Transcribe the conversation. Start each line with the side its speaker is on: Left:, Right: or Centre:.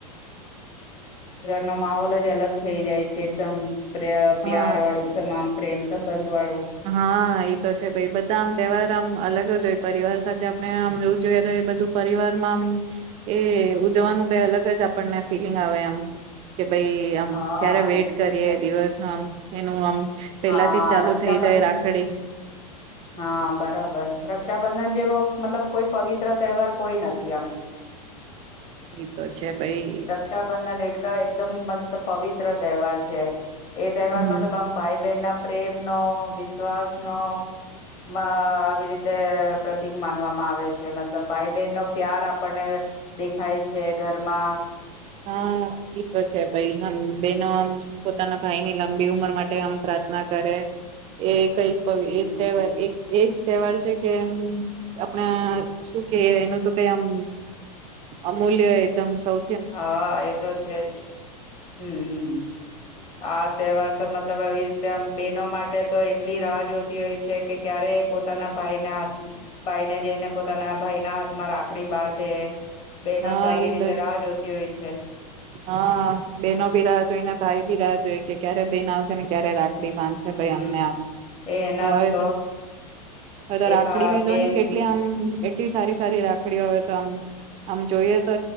Left: નો માહોલ જ અલગ થઈ જાય છે એકદમ. પ્ર
Right: હા
Left: પ્યાર વાળું એકદમ આમ પ્રેમ સબંધ વાળુ
Right: હા એતો છે ભાઈ બધા આમ તહેવાર આમ અલગ જ હોય. પરિવાર સાથે આપણે આમ જવું જોઈએ તો એ બધું પરિવારમાં આમ એ ઉજવવાનું કઈ અલગ જ આપણને ફિલિંગ આવે એમ કે ભાઈ આમ
Left: હા
Right: ક્યારે વેટ
Left: એ તો
Right: કરીએ
Left: છે જ
Right: દિવસનો આમ એનું આમ પેલાથી
Left: હા
Right: જ ચાલુ
Left: રક્ષાબંધ
Right: થઈ જાય રાખડી
Left: હા બરાબર રક્ષાબંધન જે જેવો મતલબ કોઈ પવિત્ર તહેવાર કોઈ નથી આમ
Right: એતો છે ભાઈ
Left: રક્ષાબંધન એટલે એકદમ મ પવિત્ર તહેવાર છે. એ તહેવાર
Right: હમ
Left: મતલબ આમ ભાઈ બહેન ના પ્રેમનો વિશ્વાસનો આવી રીતે પ્રતિક માનવામાં આવે છે મતલબ ભાઈ બહેન નો પ્યાર આપણને દેખાય છે ઘરમાં
Right: હા એ તો છે ભાઈ આ બેનો આમ પોતાના ભાઈની લંબી ઉંમર માટે આમ પ્રાર્થના કરે એ કઈ પ
Left: હમ
Right: એ તહેવાર એક એજ તહેવાર છે કે એમ આપણે શું કે એ એનું તો કઈમ અમૂલ્ય એકદમ સૌ
Left: હા એ તો છે જ હમ આ તહેવાર તો મતલબ આવી રીતે આમ બેહેનો માટે તો એટલી રાહ જોતી હોય છે કે ક્યારે પોતાના ભાઈના હાથ ભાઈને જઈને પોતાના ભાઈના હાથમાં રાખડી બાંધે બેનો
Right: હા
Left: તો આવી
Right: એ
Left: રીતે
Right: જ
Left: રા જોય છે.
Right: હા બેનો ભી રાહ જોઈને ભાઈ ભી રાહ જોઈ કે ક્યારે બેન આવશે ને ક્યારે રાખ રાખડી બાંધશે
Left: હમ
Right: ભાઈ અમને આમ
Left: એના
Right: હવે
Left: તો
Right: હવે તો
Left: એ
Right: રાખડી
Left: ભા
Right: બી
Left: બેન
Right: જોની કેટલી આમ સારી સારી રાખડીઓ હવે તો આમ આમ જોઈએ તો